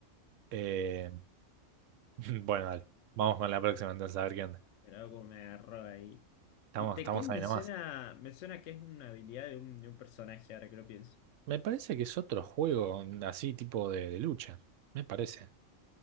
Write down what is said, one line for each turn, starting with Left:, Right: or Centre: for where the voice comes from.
Right: Eh, <laughs> bueno, dale, vamos con la próxima entonces a ver qué onda.
Left: Pero algo como me agarró ahí.
Right: Estamos,
Left: Y Tekken
Right: estamos ahí
Left: me
Right: nomás.
Left: suena, me suena que es una habilidad de un, de un personaje, ahora que lo pienso.
Right: Me parece que es otro juego así tipo de, de lucha, me parece.